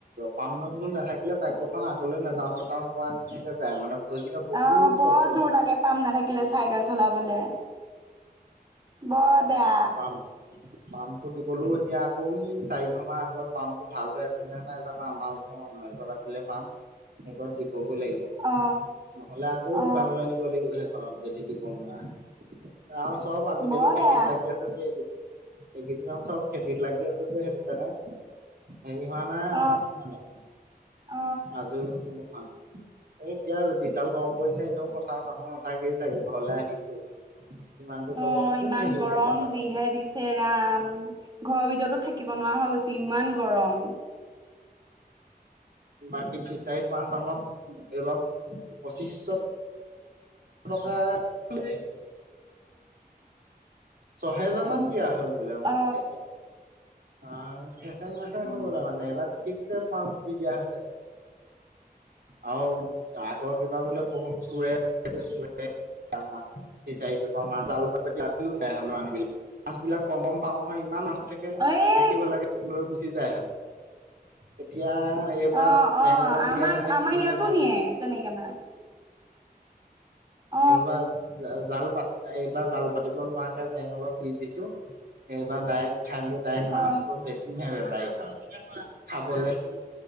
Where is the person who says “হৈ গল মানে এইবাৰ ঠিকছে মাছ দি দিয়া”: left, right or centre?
Right